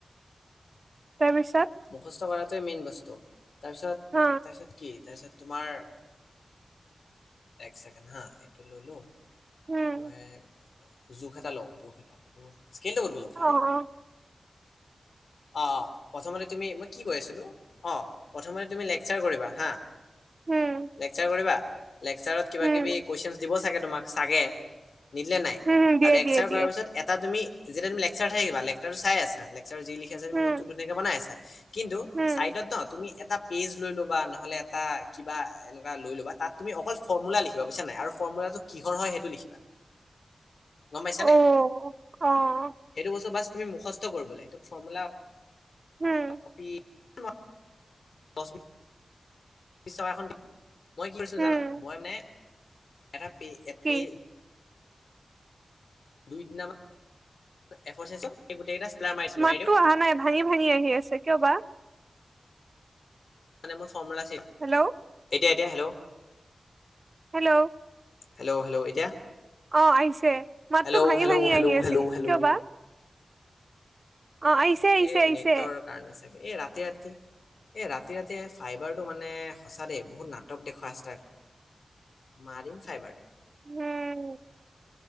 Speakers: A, on the right; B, on the left.
A: তাৰপিছত?
B: মুখস্থ কৰাটোৱে মেইন বস্তু, তাৰপিছত
A: হা
B: তাৰপিছত কি তাৰপিছত তোমাৰ এক ছেকেণ্ড হা? এইটো ললো,
A: উম,
B: মই জোখ এটা লওঁ, জোখ এটা এইটো স্কেলটো ক'ত গ'ল আকৌ
A: অ',
B: আৰে
A: অ',
B: অ', প্ৰথমতে তুমি-মই কি কৈ আছিলো? অ', প্ৰথমতে তুমি লেকচাৰ কৰিবা হা?
A: উম,
B: লেকচাৰ কৰিবা? লেকচাৰত কিবা-কিবি
A: উম,
B: কুৱেশ্যন দিব ছাগে তোমাক ছাগে, নিদিলে নাই
A: উম,
B: আৰু
A: দিয়ে,
B: লেকচাৰ
A: দিয়ে,
B: কৰাৰ
A: দিয়ে,
B: পিছত এটা তুমি, যেতিয়া তুমি লেকচাৰ চাই থাকিবা। লেকচাৰটো চাই আছা, লেকচাৰে যি লিখি আছে তুমি
A: উম,
B: নোটতো ধুনীয়াকে বনাই আছা কিন্তু
A: উম,
B: চাইডত ন' তুমি এটা পেজ লৈ ল'বা, নহ'লে এটা কিবা এনেকুৱা লৈ ল'বা তাত তুমি অকল ফৰ্মুলা লিখিবা বুজিছা নাই আৰু ফৰ্মুলাটো কিহৰ হয় সেইটো লিখিবা। গম পাইছা
A: অ',
B: নাই?
A: অ',
B: সেইটো বস্তু বাচ তুমি মুখস্থ কৰিব লাগিব, সেইটো ফৰ্মুলা
A: উম,
B: কপি <unintelligible> দহ, বিছ টকা এখন মই কি কৰিছিলো
A: উম,
B: জানা? মই মানে, এটা পে এ
A: কি?
B: পে দুই তিনিটামান এ ফৰ চাইজৰ সেই গোটেই কেইটা চিলা মাৰি
A: মাতটো
B: দিও
A: অহা নাই, ভাঙি ভাঙি আহি আছে কিয় বা?
B: মানে মোৰ ফৰ্মূলা আছিল।
A: হেল্ল'!
B: এতিয়া এতিয়া হেল্ল?
A: হেল্ল।
B: হেল্ল! হেল্ল! এতিয়া?
A: অঁ আহিছে। মাতটো
B: হেল্ল'
A: ভাঙি
B: হেল্ল'
A: ভাঙি
B: হেল্ল'
A: আহি আছিল,
B: হেল্ল' হেল্ল'
A: কিয় বা? অ আহিছে আহিছে
B: এই
A: আহিছে
B: নেটৰ কাৰণে চাগে। এই ৰাতি ৰাতি এই ৰাত তি ৰাতি ফাইবাৰটো মানে সঁচা দেই বহুত নাটক দেখোৱা ষ্টাৰ্ট কৰে। মাৰিম ফাইবাৰটোক!
A: উম